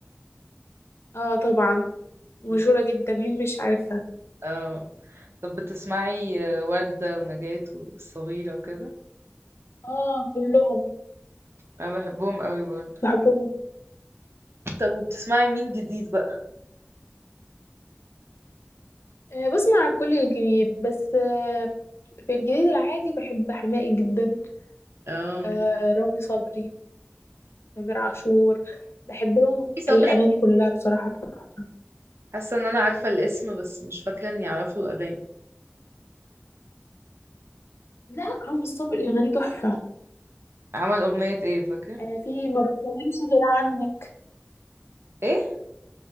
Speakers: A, on the left; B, on the right.
A: اه طبعا مشهورة
B: دي بقى-
A: جدا مين مش عارفها
B: اه طب بتسمعي وردة ونجاة والصغيرة وكده
A: اه كلهم
B: انا بحبهم قوي برضو
A: بحبهم
B: طب وبتسمعي مين جديد بقى
A: آه بسمع كل الجديد بس آه في الجديد العادي بحب حماقي جدا
B: اه
A: آه رامي صبري تامر عاشور بحب لهم
B: صبري
A: الأغاني كلها بصراحة تحفة
B: حاسه ان انا عارفه الاسم بس مش فاكره اني اعرف له اغاني
A: لا رامي صبري أغاني تحفة
B: عمل اغنيه ايه فاكره
A: آه في ما بتكلمش غير عنك
B: ايه